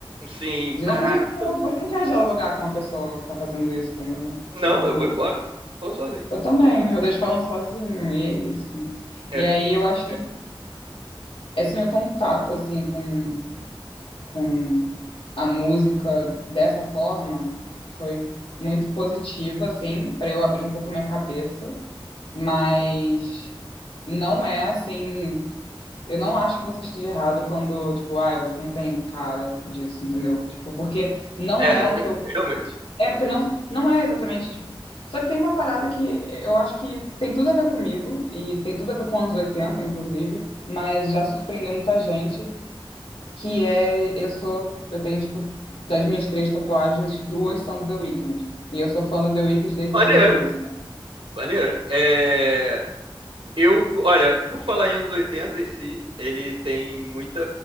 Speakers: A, on the right; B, on the left.
A: Sim,
B: De não
A: caraca.
B: querer dialogar. Você não quer dialogar com uma pessoa que tá fazendo isso, entendeu?
A: Não,
B: Tipo.
A: eu vou embora. Eu vou sozinho.
B: Eu também, eu deixo falando sozinho, e é isso.
A: É,
B: E aí eu acho que esse meu contato, assim, com, com a música dessa forma foi muito positivo, assim, para eu abrir um pouco minha cabeça, mas não é assim. Eu não acho que você esteja errado quando, tipo, ai, você não tem cara disso, entendeu? Tipo, porque não
A: é, <laughs>
B: é o que eu
A: realmente.
B: é, porque não, não é exatamente tipo. Só que tem uma parada que eu acho que tem tudo a ver comigo, e tem tudo a ver com anos 80 inclusive, mas já surpreendeu muita gente, que é eu sou, eu tenho, tipo, das minhas três tatuagens, duas são do The Weeknd. E eu sou fã do The Weeknd desde
A: Maneiro,
B: 2012.
A: maneiro. É, eu, olha, por falar em anos 80 em si, ele tem muita.